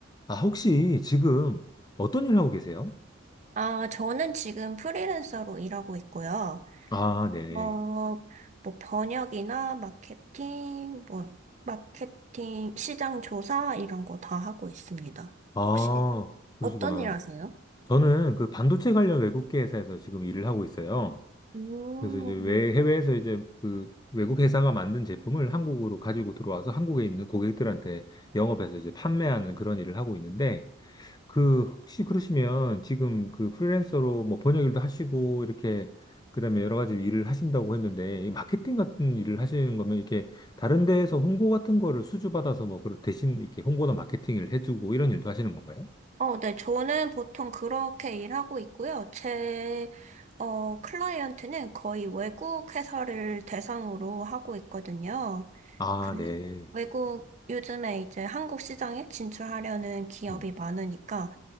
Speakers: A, on the left; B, on the right.
A: 아, 혹시 지금 어떤 일 하고 계세요?
B: 아, 저는 지금 프리랜서로 일하고 있고요.
A: 아, 네네.
B: 어, 뭐 번역이나 마케팅, 뭐 마케팅, 시장 조사 이런 거 다 하고 있습니다.
A: 아,
B: 혹시
A: 그러시구나.
B: 어떤 일 하세요?
A: 저는 그 반도체 관련 외국계 회사에서 지금 일을 하고 있어요.
B: 음.
A: 그래서 이제 외, 해외에서 이제 그 외국 회사가 만든 제품을 한국으로 가지고 들어와서 한국에 있는 고객들한테 영업해서 이제 판매하는 그런 일을 하고 있는데, 그 혹시 그러시면 지금 그 프리랜서로 뭐 번역 일도 하시고 이렇게 그다음에 여러 가지 일을 하신다고 했는데 이 마케팅 같은 일을 하시는 거면 이렇게 다른 데에서 홍보 같은 거를 수주받아서 뭐 그런 대신 이렇게 홍보나 마케팅을 해주고 이런 일도 하시는 건가요?
B: 어, 네, 저는 보통 그렇게 일하고 있고요. 제, 어, 클라이언트는 거의 외국 회사를 대상으로 하고 있거든요.
A: 아,
B: 그래서
A: 네.
B: 외국, 요즘에 이제 한국 시장에 진출하려는 기업이
A: 음,
B: 많으니까,